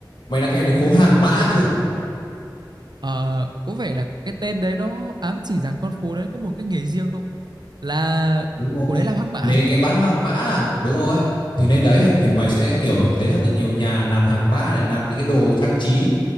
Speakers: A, on the left; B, on the right.
A: mày đã nghe đến phố hàng mã chưa
B: Ờ, có vẻ là cái tên đấy nó ám chỉ rằng con phố đấy có một cái nghề riêng không? Là
A: đúng rồi
B: phố đấy làm hang mã à?
A: nên nghe bán hàng mã à? đúng rồi thì nên đấy thì mày sẽ kiểu thấy rất là nhiều nhà làm hàng mã này làm những cái đồ trang trí